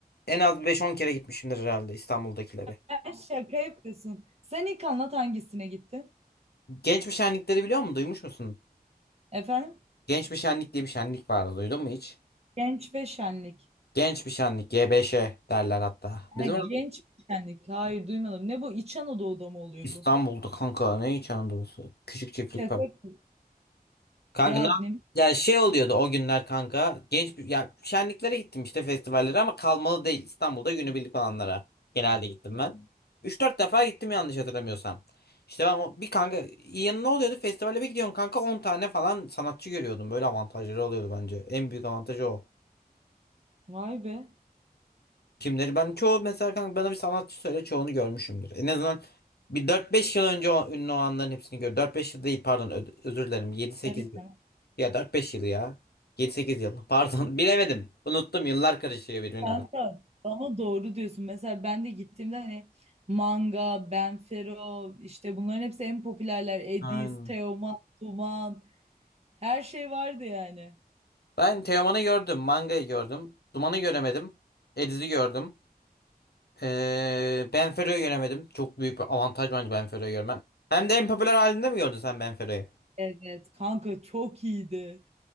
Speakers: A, on the left; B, on the right.
A: en az beş on kere gitmişimdir herhalde İstanbul'dakilere.
B: Sen şaka yapıyorsun. Sen ilk anlat hangisine gittin?
A: Genç bir şenlikleri biliyor musun? Duymuş musun?
B: Efendim?
A: Genç bir şenlik diye bir şenlik vardı. Duydun mu hiç?
B: Genç ve Şenlik.
A: Genç bir şenlik. GBŞ derler hatta.
B: Ha,
A: Bizim orada
B: genç ve Şenlik. Hayır duymadım. Ne bu? İç Anadolu'da mı oluyor
A: İstanbul'da
B: bu?
A: kanka ne hiç anadolusu. Küçük çiftlik
B: Şaka
A: var.
B: yapıyorsun.
A: Kanka
B: Ya
A: ne yap-
B: ne?
A: ya şey oluyordu o günler kanka. Genç bir- ya şenliklere gittim işte festivallere ama kalmalı değil. İstanbul'da günübirlik olanlara genelde gittim ben. üç dört defa gittim yanlış hatırlamıyorsam. İşte ben o- bir kanka yanı ne oluyordu? Festivale bir gidiyorsun kanka 10 tane falan sanatçı görüyordum. Böyle avantajları oluyordu bence. En büyük avantajı o.
B: Vay be.
A: Kimleri ben çoğu mesela kanka bana bir sanatçı söyle çoğunu görmüşümdür. En azından bir dört beş yıl önce o, ünlü olanların hepsini gör. dört beş yıl değil pardon ö- özür dilerim. yedi sekiz
B: Tabii canım.
A: Ya dört beş yıl ya. yedi sekiz yıl. <laughs> Pardon. Bilemedim. Unuttum. Yıllar karışıyor birbirine.
B: Kanka ama doğru diyorsun. Mesela ben de gittiğimde hani Manga, Benfero işte bunların hepsi en popülerler. Edis,
A: Aynen.
B: Teoman, Duman her şey vardı yani.
A: Ben Teoman'ı gördüm. Manga'yı gördüm. Duman'ı göremedim. Ediz'i gördüm. Ee, Benfero'yu göremedim. Çok büyük bir avantaj bence Benfero'yu görmem. Hem de en popüler halinde mi gördün sen Benfero'yu?
B: Evet kanka çok iyiydi.